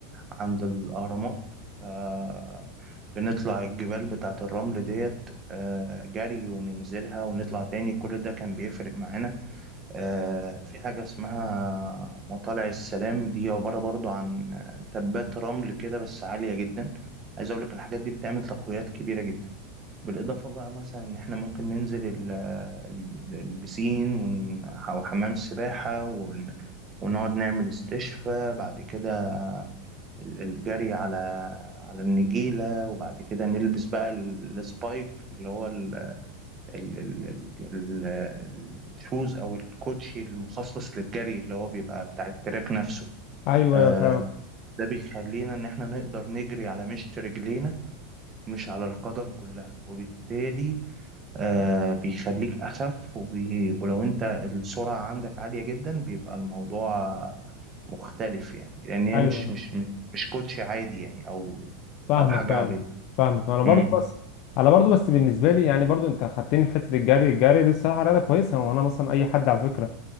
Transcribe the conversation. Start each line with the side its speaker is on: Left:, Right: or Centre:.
Right: عند الأهرامات آه، بنطلع الجبال بتاعة الرمل ديت آه، جري وننزلها ونطلع تاني كل ده كان بيفرق معانا آه، في حاجة اسمها مطالع السلام دي عبارة برضو عن آه، تبات رمل كده بس عالية جدا عايز أقول لك الحاجات دي بتعمل تقويات كبيرة جدا بالإضافة بقى مثلا إن إحنا ممكن ننزل ال- آه، ال- البسين ون- أو حمام السباحة ون- ونقعد نعمل استشفاء بعد كده ال- الجري على على النجيلة وبعد كده نلبس بقى ال- السبايك اللي هو ال- ال- ال- ال- الشوز او الكوتشي المخصص للجري اللي هو بيبقى بتاع التراك نفسه
Left: ايوه
Right: آه،
Left: ايوه أنا فاهمك
Right: ده بيخلينا ان احنا نقدر نجري على مشط رجلينا مش على القدم كلها وبالتالي آه بيخليك اخف وبي... ولو انت السرعة عندك عالية جدا بيبقى الموضوع مختلف يعني لان هي
Left: ايوه
Right: مش مش مش كوتشي عادي يعني او
Left: فاهمك
Right: او حاجة
Left: فاهمك
Right: عادية
Left: فاهمك انا برضو
Right: امم
Left: بس انا برضو بس بالنسبه لي يعني برضو انت خدتني في حته الجري الجري دي الصراحه رياضه كويسه وانا مثلا اي حد على فكره